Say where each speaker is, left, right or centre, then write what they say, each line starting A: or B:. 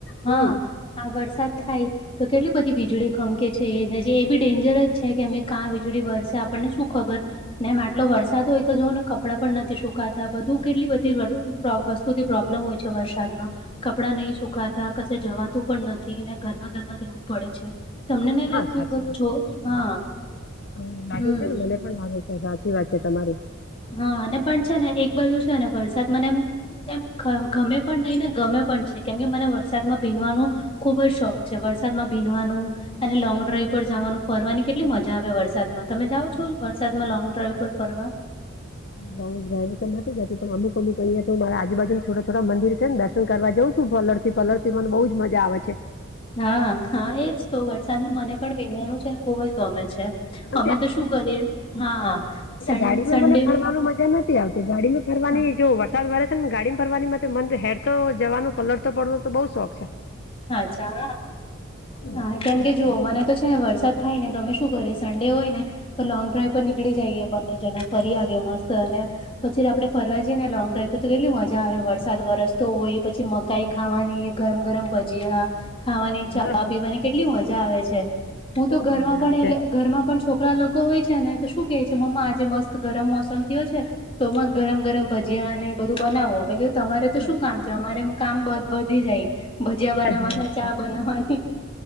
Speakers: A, on the left; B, on the left.
A: હમ્મ.
B: હા આ વરસાદ થાય. તો કેટલી બધી વીજળી ખમકે છે એ બી ડેન્જર જ છે કે અમે ક્યાં વીજળી વરસે, આપણને શું ખબર? ને આટલો વરસાદ હોય તો જોવોને કપડાં પણ નથી સુકાતાં બધું કેટલી બધીવાર પ્રો વસ્તુથી પ્રોબ્લેમ હોય છે વરસાદમાં કપડાં નહીં સુકાતા, કશે જવાતું પણ નથી અને ઘરમાં ઘરમાં રહેવું પડે છે. તમને નઈ
A: હા
B: લાગતું
A: સાચી વાત
B: છો હા
A: છે લાગે
B: હમ્મ.
A: છે ને મને પણ લાગે છે સાચી વાત છે તમારી.
B: હા અને પણ છે ને એક બાજુ છે ને વરસાદ મને એમ એમ ગમે પણ નઈને ગમે પણ છે કેમ કે મને વરસાદમાં ભીનવાનું ખુબ જ શોખ છે વરસાદમાં ભીનવાનુ અને લોંગ ડ્રાઈવ પર જવાનું ફરવાની કેટલી મજા આવે વરસાદમા તમે જાઓ
A: સાચી
B: છો વરસાદમાં
A: વાત
B: લોંગ ડ્રાઈઇવ પર ફરવા
A: બઉ બહુ હતી જતી પણ અમુક અમુક અહીંયા મારા આજુબાજુને છોટા છોટા મંદિર છે દર્શન કરવા જવ શું પલળ તી પલળ તી મને બહુજ મજા આવે છે.
B: હા હા એજ તો વરસાદનું મને પણ પીનવાનું છેને ખુબ જ ગમે છે.
A: ત
B: અમે તો શું કરીએ હા સન
A: ગાડીમાં
B: સન્ડે
A: મને ફરવાનું મજા નથી. આવતી ગાડી માં ફરવાની
B: હા
A: જો વરસાદ વરે છે ને ગાડીમાં ફરવાની મ મન હેર તો જવાનુ કલર તો પડવા તો બઉુ શોખ છે.
B: અચ્છાા
A: એટલે
B: હા કેમ
A: બઉ મજા
B: કે જુઓ મને તો વરસાદ થાય ને તમે શું કરી સંડે હોય ને તો લોંગ ડ્રાઈવ પર નીકળી જઈએ બંને જણા ફરી આવ્યો મસ્ત અને પછી આપડે ફરવા જઈએ ને લોંગ ડ્રાઈવ પર તો કેટલી મજા આવે વરસાદ વરસતો હોય પછી મ કઈ ખાવાની ગરમ ગરમ ભજીયા ખાવાની
A: આવે
B: ચા
A: હા પકોડા
B: પીવાની કેટલી મજા આવે છે. હું
A: બઉ
B: તો
A: જ
B: ઘરમાં
A: મજા
B: પણ
A: આવે છે
B: એ ઘરમાં પણ છોકરા લોકો હોય છે ને તો શું કે છે, મમ્મા આજે મસ્ત ગરમ મોસમ થથીયો છે તો મસ ગરમ ગરમ ભજીયા અનેને બધું બનાવો મે તમારે તો
A: હા
B: શું કામ અમારે કામ વધી જાય. ભજિયા
A: સાચી
B: બનાવવાના
A: વાત
B: ચા
A: છે
B: બનાવવાની